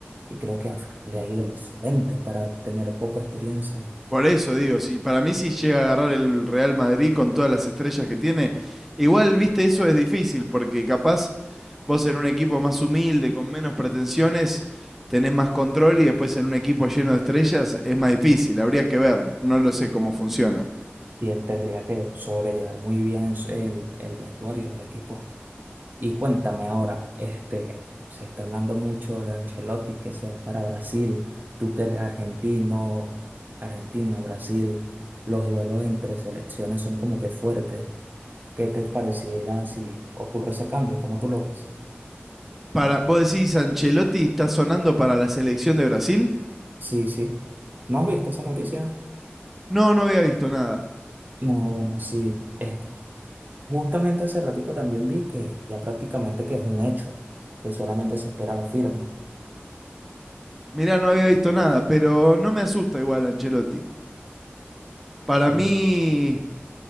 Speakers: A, on the right; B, in the centre.
A: y creo que le ha ido excelente para tener poca experiencia.
B: Por eso digo, si, para mí si llega a agarrar el Real Madrid con todas las estrellas que tiene, igual, viste, eso es difícil, porque capaz Vos en un equipo más humilde, con menos pretensiones, tenés más control y después en un equipo lleno de estrellas es más difícil. Habría que ver, no lo sé cómo
A: Claro.
B: funciona.
A: Y él tendría que sobrellevar muy bien su- el, el vestuario, el equipo. Y cuéntame ahora, este, se está hablando mucho de Ancelotti que se va para Brasil, tú que eres argentino, Argentina, Brasil, los duelos entre selecciones son como que fuertes. ¿Qué te pareciera si ocurre ese cambio? ¿Cómo tú lo ves?
B: Para, vos decís, Ancelotti está sonando para la selección de Brasil?
A: Sí, sí. ¿No has visto esa noticia?
B: No, no había visto nada.
A: No, bueno, sí. Es- justamente hace ratico también vi que ya prácticamente que es un hecho, que solamente se espera la firma.
B: Mirá, no había visto nada, pero no me asusta igual Ancelotti. Para
A: Oye.
B: mí